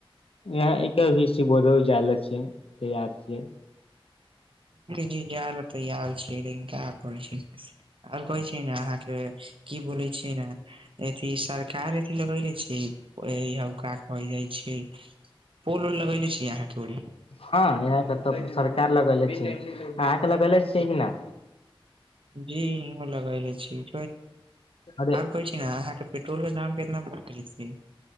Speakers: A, on the left; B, on the right.
A: यहाँ एकभी सिवोद जाय ले छियै तैयार छियै
B: ी जा ल तैयार छी कहै छै आर कहै छै ने अहाँ से की बोलै छै ने अथी सरकार अथी लगैले छै हउ का कहल जाय छै पोल उल लगेले छी अहाँ केे
A: हँ इहके त सरकार लगेले छै अहके लगेले छियै कि ना
B: जी यूहो लगायले छी <unintelligible>
A: अरे
B: आर कहै छी ने अहाँके पेट्रोल के दाम कितना बढ़ गेले